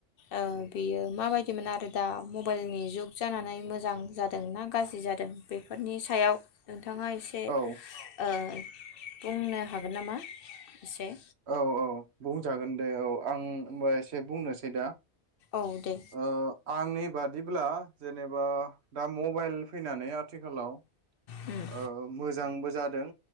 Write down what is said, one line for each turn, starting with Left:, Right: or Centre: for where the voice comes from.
Left: ओ बेयो माबायदिमोन आरो दा मबाइलनि जुग जानानै मोजां जादों ना गाज्रि जादों बेफोरनि सायाव। थाङा एसे
Right: औ
Left: ओ बुंनो हागोन नामा एसे।
Right: औ औ बुंजागोन दे औ आं होमबा एसे बुंनोसै दा
Left: औ दे।
Right: ओ आंनि बादिब्ला जेनेबा दा मबाइल फैनानै आथिखालाव
Left: उम
Right: ओ मोजांबो जाद दों।